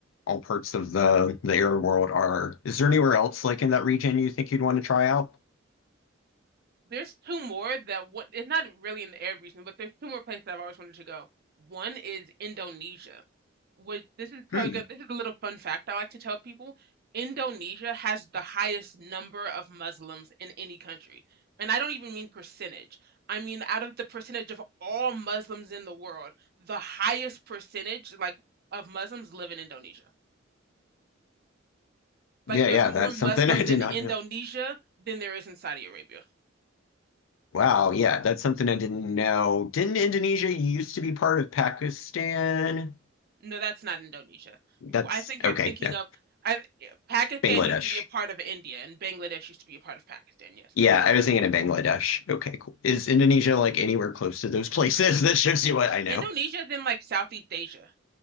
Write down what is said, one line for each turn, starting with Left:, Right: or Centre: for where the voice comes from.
Left: all parts of the the Arab world are. Is there anywhere else like in that region you think you'd want to try out?
Right: There's two more that what it's not really in the Arab region, but there's two more places I've always wanted to go. One is Indonesia, which this is probably
Left: Hmm.
Right: good. This is a little fun fact I like to tell people. Indonesia has the highest number of Muslims in any country. And I don't even mean percentage. I mean out of the percentage of all Muslims in the world, the highest percentage like of Muslims live in Indonesia. Like
Left: Yeah,
Right: there's
Left: yeah,
Right: more
Left: that's
Right: Muslims
Left: something <laughs> I did
Right: in
Left: not
Right: Indonesia
Left: know.
Right: than there is in Saudi Arabia.
Left: Wow, yeah, that's something I didn't know. Didn't Indonesia used to be part of Pakistan?
Right: No, that's not Indonesia.
Left: That's
Right: W- I think you're
Left: okay,
Right: thinking
Left: yeah.
Right: of I, yeah, Pakistan
Left: Bangladesh.
Right: used to be a part of India, and Bangladesh used to be a part of Pakistan, yes.
Left: Yeah, I was thinking of Bangladesh. Okay, cool. Is Indonesia like anywhere close to those places? <laughs> That shows you what I know.
Right: Indonesia is in like Southeast Asia.